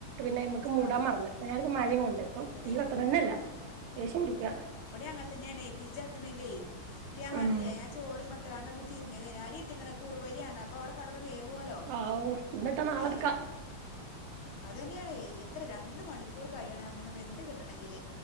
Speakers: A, on the right; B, on the left.
A: പിന്നെ നമ്മുക്ക് മൂടാൻ
B: ആ ആ
A: മറന്ന്ു കാലിപ്പ മഴയും കൊണ്ട് ഇപ്പൊ
B: ഏ
A: തീ പത്തണന്നല്ല ശേശം പിടിക്കുക
B: െയണ പിജത്തല്ലേഞാൻ പറഞ്ഞ
A: ഉം
B: ഞാൻ ചോറി മ ഇാണ്ടന്ന് തിരിത്ോരി ഇട്ടി കുറുവരിയാണ് അപ്പോ അവിടെ കടന്ന പോല്ലോ
A: ആവൂ എന്നിട്ടാ നാളെ
B: ഏ
A: എടുക്കാം
B: അത് തന്നെയാണ് എത്ര രണ്ട് മണിക്കൂർ കഴിയണമന്ന് വെന്ത് കിട്ടണമെങ്കിൽ